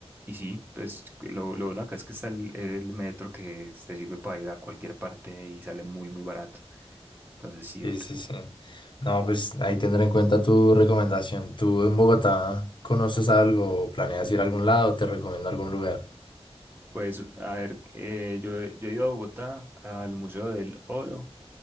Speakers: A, on the right; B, on the left.
A: y sí, pues lo, lo bueno acá es que está el, el metro que se sirve para ir a cualquier parte y sale muy, muy barato. Entonces sí,
B: Sí,
A: hombre.
B: sí, sí. No, pues ahí tendré en cuenta tu recomendación. ¿Tú en Bogotá conoces algo? ¿Planeas ir a algún lado? ¿Te recomiendo algún lugar?
A: Pues a ver, eh, yo, yo he ido a Bogotá al Museo del Oro,